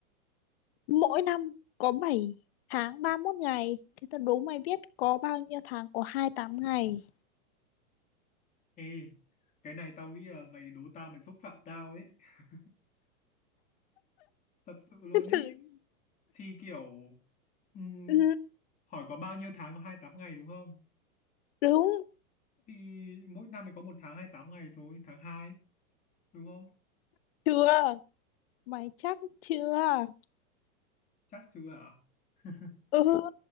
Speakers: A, on the left; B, on the left.
A: Mỗi năm có 7 tháng 31 ngày. Thế tao đố mày biết có bao nhiêu tháng có hai mươi tám ngày.
B: Ê, cái này tao nghĩ là mày đố tao mày xúc phạm tao ấy. <laughs> Thật sự luôn
A: <laughs>
B: ý.
A: Thử.
B: Thì kiểu ừm,
A: Ừ,
B: hỏi có bao nhiêu tháng có 28 ngày đúng không?
A: đúng
B: Thì mỗi năm thì có một tháng 28 ngày thôi, tháng hai đúng không?
A: chưa? Mày chắc chưa?
B: Chắc chưa hả? <laughs>
A: Ừ.